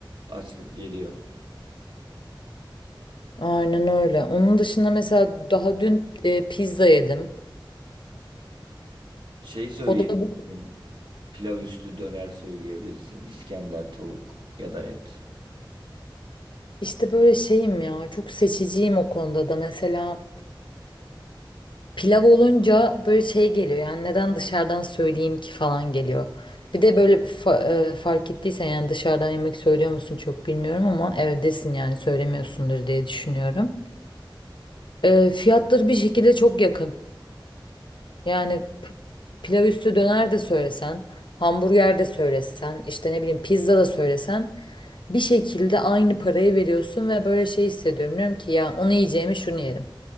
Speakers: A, on the right; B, on the left.
A: açlık geliyor.
B: Aynen öyle. Onun dışında mesela daha dün e, pizza yedim.
A: Şey söyleyebilirsin.
B: O da bu-
A: Pilav üstü döner söyleyebilirsin. İskender, tavuk ya da et.
B: işte böyle şeyim ya çok seçiciyim o konuda da mesela Pilav olunca böyle şey geliyor yani neden dışarıdan söyleyeyim ki falan geliyor. Bir de böyle fa- e, fark ettiysen yani dışarıdan yemek söylüyor musun çok bilmiyorum ama evdesin yani söylemiyorsundur diye düşünüyorum. E, fiyatları bir şekilde çok yakın. Yani p- pilav üstü döner de söylesen, hamburger de söylesen, işte ne bileyim pizza da söylesen bir şekilde aynı parayı veriyorsun ve böyle şey hissediyorum. Diyorum ki ya onu yiyeceğimi şunu yerim.